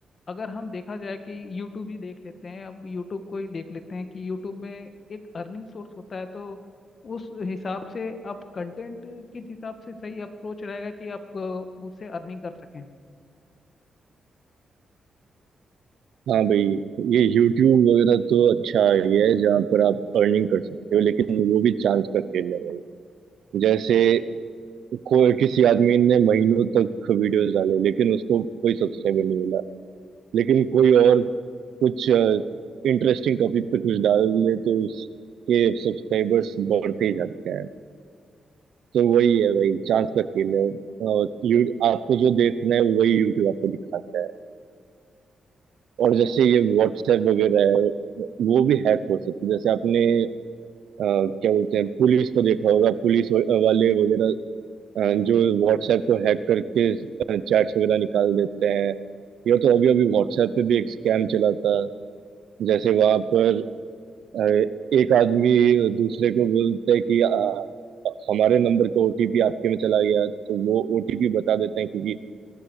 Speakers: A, on the left; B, on the right.
A: अगर हम देखा जाए कि यूट्यूब ही देख लेते हैं अब यूट्यूब को ही देख लेते हैं कि यूट्यूब में एक अर्निंग सोर्स होता है तो उस हिसाब से आप कंटेंट किस हिसाब से सही अप्रोच रहेगा कि आप अ, उससे अर्निंग कर सकें
B: हाँ भाई ये YouTube वगैरह तो अच्छा आइडिया है जहाँ पर आप अर्निंग कर सकते हो लेकिन वो भी चांस का खेल है भाई जैसे कोई किसी आदमी ने महीनों तक वीडियोस डाले लेकिन उसको कोई सब्सक्राइबर नहीं मिला लेकिन कोई और कुछ इंटरेस्टिंग टॉपिक पे कुछ डाल दे तो उसके सब्सक्राइबर्स बढ़ते ही जाते हैं तो वही है भाई चांस का खेल है और यू आपको जो देखना है वही YouTube आपको दिखाता है और जैसे ये WhatsApp वगैरह है वो भी हैक हो सकती है जैसे आपने अ, क्या बोलते हैं पुलिस को देखा होगा पुलिस व- वाले वगैरह अ, जो व्हाट्सएप को हैक करके चैट्स वगैरह निकाल देते हैं ये तो अभी अभी व्हाट्सएप पे भी एक स्कैम चला था जैसे वहां पर अ, एक आदमी दूसरे को बोलता है कि अ, हमारे नंबर का ओटीपी आपके में चला गया तो वो ओटीपी बता देते हैं क्योंकि